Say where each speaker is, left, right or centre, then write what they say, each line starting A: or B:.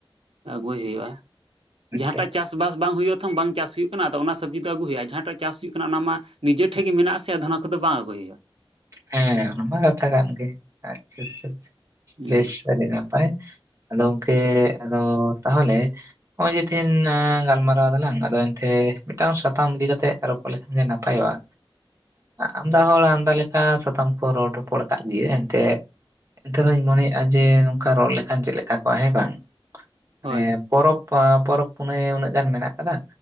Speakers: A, on the right; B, on the right.
A: ᱟᱹᱜᱩᱭ ᱦᱩᱭᱩᱜ-ᱟ ᱡᱟᱦᱟᱸᱴᱟᱜ
B: ᱟᱪᱪᱷᱟ ᱟᱪᱪᱷᱟ᱾
A: ᱪᱟᱥ ᱪᱟᱥᱵᱟᱥ ᱵᱟᱝ ᱦᱩᱭᱩᱜᱼᱟ ᱛᱷᱚᱝ ᱵᱟᱝ ᱪᱟᱥ ᱦᱩᱭᱩᱜ ᱠᱟᱱᱟ ᱟᱫᱚ ᱚᱱᱟ ᱥᱚᱵᱽᱡᱤ ᱫᱚ ᱟᱹᱜᱩ ᱦᱩᱭᱩᱜ-ᱟ ᱡᱟᱦᱟᱸ ᱴᱟᱜ ᱪᱟᱥ ᱦᱩᱭᱩᱜ ᱠᱟᱱᱟ ᱚᱱᱟ ᱢᱟ ᱱᱤᱡᱮ ᱴᱷᱮᱡ ᱜᱮ ᱢᱮᱱᱟᱜ ᱥᱮ ᱫᱷᱚᱱᱚ ᱠᱚᱫᱚ ᱵᱟᱝ ᱟᱹᱜᱩᱭ ᱦᱩᱭᱩᱜ-ᱟ᱾
B: ᱦᱮᱸ ᱚᱱᱟᱢᱟ ᱠᱟᱛᱷᱟ ᱠᱟᱱ ᱜᱮ ᱟᱪᱪᱷᱟ ᱟᱪᱷᱟ
A: ᱦᱩᱸ
B: ᱵᱮᱥ ᱟᱹᱰᱤ ᱱᱟᱯᱟᱭ ᱟᱫᱚ ᱜᱚᱢᱠᱮ ᱟᱫᱚ ᱛᱟᱦᱚᱞᱮ ᱱᱚᱜ-ᱚᱭ ᱡᱮ ᱛᱦᱮᱧ ᱜᱟᱞᱢᱟᱨᱟᱣ ᱫᱟᱞᱟᱝ ᱟᱫᱚ ᱮᱱᱛᱮ ᱢᱤᱫᱴᱟᱝ ᱥᱟᱛᱟᱢ ᱤᱫᱤ ᱠᱟᱛᱮᱜ ᱞᱮᱠᱷᱟᱱ ᱜᱮ ᱱᱟᱯᱟᱭᱚᱜ-ᱟ ᱟᱢᱫᱟ ᱦᱚᱲ ᱟᱢᱫᱟ ᱞᱮᱠᱟ ᱦᱟᱸ ᱥᱟᱛᱟᱢ ᱠᱚ ᱨᱚᱲ ᱨᱚᱯᱚᱲ ᱟᱠᱟᱫ ᱜᱮ ᱮᱱᱛᱮ ᱾ ᱮᱱᱛᱮ ᱨᱮᱦᱚᱸᱧ ᱢᱚᱱᱮᱭᱮᱫ-ᱟ ᱡᱮ ᱱᱚᱝᱠᱟ ᱨᱚᱲ ᱞᱮᱠᱷᱟᱱ ᱪᱮᱫ ᱞᱮᱠᱟ ᱠᱚᱜ-ᱟ ᱦᱮᱸ ᱵᱟᱝ ᱢᱟᱱᱮ
A: ᱦᱳᱭ
B: ᱯᱚᱨᱚᱵᱽ ᱯᱚᱨᱚᱵᱽ ᱯᱩᱱᱟᱹᱭ ᱩᱱᱟᱹᱜ ᱜᱟᱱ ᱢᱮᱱᱟᱜ ᱟᱠᱟᱫᱟ᱾